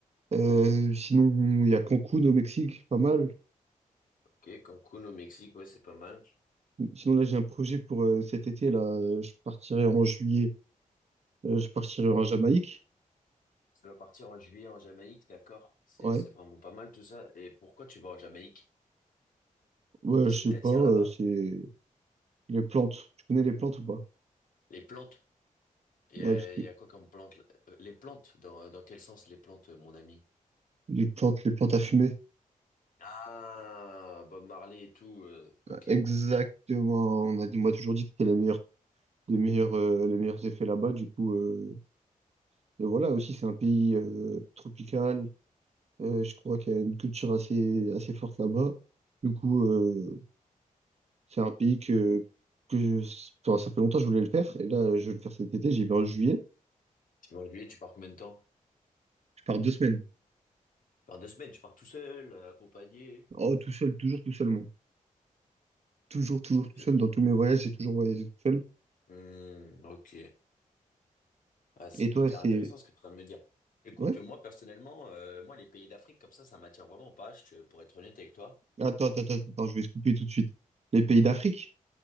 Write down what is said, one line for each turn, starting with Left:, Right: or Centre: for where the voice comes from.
Right: Euh, sinon, il y a Cancun au Mexique, pas mal.
Left: Ok, Cancun au Mexique, ouais, c'est pas mal. Tu
Right: Sinon, là, j'ai un projet pour euh, cet été, là. euh, Je partirai en juillet. Euh, je partirai en Jamaïque.
Left: vas partir en juillet en Jamaïque, d'accord? C'est,
Right: Ouais.
Left: c'est vraiment pas mal tout ça. Et pourquoi tu vas en Jamaïque?
Right: Ouais,
Left: Qu'est-ce
Right: je
Left: qui t'attire
Right: sais pas, euh,
Left: là-bas?
Right: c'est les plantes. Tu connais les plantes ou pas?
Left: Les plantes? Il y
Right: Ouais,
Left: a,
Right: parce que
Left: il y a quoi comme plantes? là Euh, Les plantes, dans, dans quel sens les plantes, euh, mon ami?
Right: les plantes, les plantes à fumer.
Left: Ah, Bob Marley et tout, euh, ok. Tu
Right: Exactement. On a, on m'a toujours dit qu'il y a les meilleurs, les meilleurs, euh, les meilleurs effets là-bas. Du coup, euh, et voilà, aussi, c'est un pays euh, tropical. Euh, je crois qu'il y a une culture assez, assez forte là-bas. Du coup, euh, c'est un pays que, que je- enfin, ça fait longtemps que je voulais le faire. Et là, je vais le faire cet été. J'y vais en juillet.
Left: vas en juillet, tu pars combien de temps?
Right: Je pars deux semaines.
Left: Tu pars deux semaines, tu pars tout seul, euh, accompagné.
Right: Oh, tout seul, toujours tout seul, moi. Toujours, toujours tout
Left: Tu-
Right: seul. Dans tous mes voyages, j'ai toujours voyagé tout seul.
Left: Hmm, ok. Ah, c'est
Right: Et toi,
Left: hyper
Right: c'est...
Left: intéressant ce que tu es en train de me dire. Écoute,
Right: Ouais?
Left: moi personnellement, euh, moi les pays d'Afrique comme ça, ça m'attire vraiment pas, je te- pour être honnête avec toi.
Right: Attends, attends, attends, attends, je vais se couper tout de suite. Les pays d'Afrique?